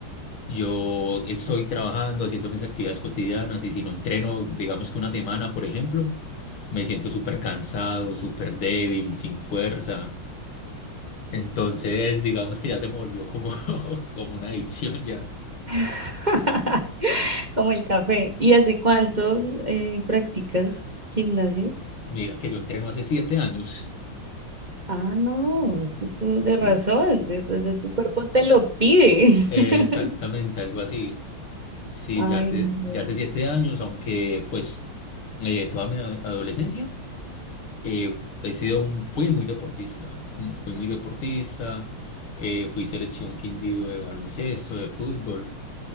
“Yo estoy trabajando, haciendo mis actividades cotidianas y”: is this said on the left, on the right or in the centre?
Left